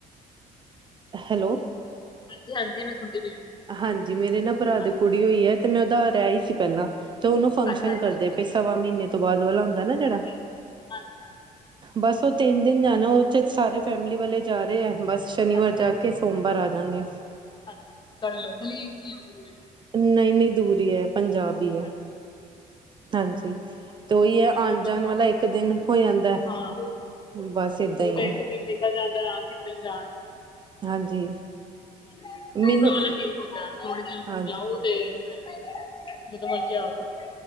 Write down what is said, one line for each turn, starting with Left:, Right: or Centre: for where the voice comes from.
Right: ਹੈਲੋ।
Left: ਹਾਂਜੀ, ਹਾਂਜੀ ਮੈਂ ਸੁਣਦੀ ਪਈ ਹਾਂ।
Right: ਹਾਂਜੀ ਮੇਰੇ ਨਾ ਭਰਾ ਦੀ
Left: ਹਾਂਜੀ
Right: ਕੁੜੀ ਹੋਈ ਹੈ ਤੇ, ਮੈਂ ਉਦਾ ਰਿਹ ਆਈ ਸੀ ਪਹਿਲਾਂ। ਤੇ ਉਹਨੂੰ ਫੰਕਸ਼ਨ
Left: ਅੱਛਾ ਅੱਛਾ
Right: ਕਰਦੇ
Left: ਅੱਛਾ
Right: ਪਏ ਸਵਾ ਮਹੀਨੇ ਤੋਂ ਬਾਅਦ ਵਾਲਾ ਹੁੰਦਾ ਨਾ ਜਿਹੜਾ।
Left: ਹਾਂਜੀ ਹਾਂਜੀ
Right: ਬਸ ਉਹ ਤਿੰਨ ਦਿਨ ਜਾਣਾ ਉਹ ਚ ਸਾਰੇ ਫੈਮਿਲੀ ਵਾਲੇ ਜਾ ਰਹੇ ਆ ਬਸ ਸ਼ਨੀਵਾਰ
Left: ਅੱਛਾ
Right: ਜਾ ਕੇ। ਸੋਮਵਾਰ ਆ ਜਾਂਗੇ।
Left: ਅੱਛਾ ਤੁਹਾਡਾ ਲੋਕਲ ਹੀਗੀ, ਦੂਰ ਹੈ।
Right: ਨਹੀਂ, ਨਹੀਂ ਦੂਰੀ ਹੈ, ਪੰਜਾਬ ਹੀ ਹੈ।
Left: ਅੱਛਾ
Right: ਹਾਂਜੀ, ਤੇ ਉਹੀ
Left: ਦੂਰ
Right: ਹੈ
Left: ਦਾ ਬਹੁਤ
Right: ਆਉਣ
Left: ਪੰਗਾ
Right: ਜਾਣ ਵਾਲਾ
Left: ਹੁੰਦਾ
Right: ਇੱਕ
Left: ਨਾ।
Right: ਦਿਨ ਹੋ ਜਾਂਦਾ।
Left: ਹਾਂ
Right: ਬਸ ਏਦਾਂ
Left: ਉਹ
Right: ਹੀ
Left: ਤਾਂ
Right: ਹੈ
Left: ਇੱਕ ਦਿਨ ਨਿਕਲ ਜਾਂਦਾ ਆ ਦਿਨ ਜਾਣ
Right: ਹਾਂਜੀ
Left: ਹਾਂਜੀ ਲੋਕਲ
Right: ਮੈਨੂੰ
Left: ਵਾਲਾ ਠੀਕ ਹੁੰਦਾ ਥੋੜੇ ਦੇਰ
Right: ਹਾਂਜੀ
Left: ਜਾਓ। ਤੇ ਫਿਰ ਜਦੋਂ ਮਰਜੀ ਆਓ।